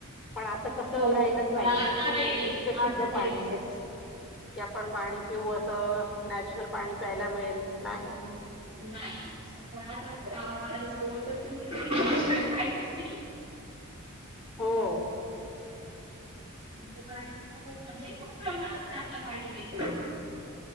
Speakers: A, in the centre; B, on the right.
A: पण आता तसं
B: हो
A: राहिलच
B: हो
A: नाहीये
B: पण आता
A: कि
B: नाही देईल
A: इतकं शुद्ध
B: आता
A: पाणी
B: नाही येईलच.
A: आहे कि आपण पाणी पिवु असं नॅचरल पाणी प्यायला मिळेल नाहीच
B: नाही स आता जवळ तुमहीयालीच र <unintelligible> <inaudible>
A: हो
B: बाई म्हणजे खूप प्रमाणात चांगलं पाणी मिळत